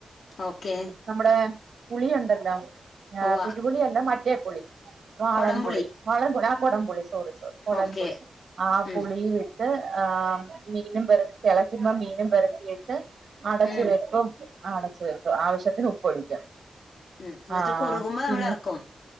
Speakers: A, on the left; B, on the right.
A: ഓക്കെ
B: നമ്മുടെ പുളിയൊണ്ടല്ലോ ആഹ്
A: ഉവ്വ
B: പിഴുപുളി അല്ല മറ്റേ പുളി വാളൻപുളി
A: കൊടംപുളി
B: വാളൻപുളി ആ കൊടംപുളി സോറി സോറി. കൊടൻപുളി
A: ഓക്കെ
B: ആ
A: ഉം
B: പുളിയുവിട്ട് ആ മീനും പരത്തി തെള ക്കുമ്പ മീനും പരത്തിയിട്ട് അടച്ചുവെക്കും
A: ഉം
B: ആ അടച്ചു വെക്കും ആവശ്യത്തിന് ഉപ്പൊഴിക്കും.
A: ഉം എന്നിട്ട്
B: ആഹ്
A: കുറുകുമ്പോ
B: പിന്നെ
A: നമ്മളെറക്കും